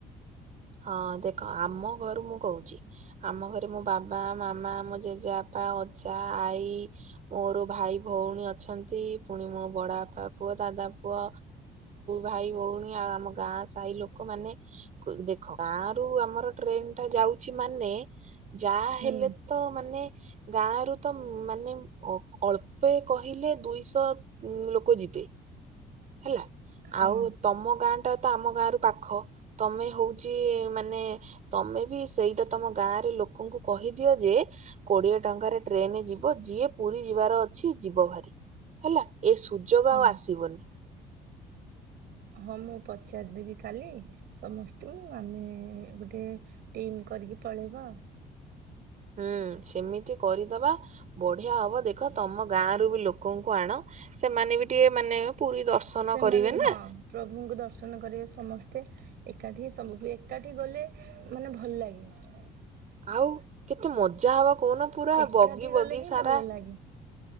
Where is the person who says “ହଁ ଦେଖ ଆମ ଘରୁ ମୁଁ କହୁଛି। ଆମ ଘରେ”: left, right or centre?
Right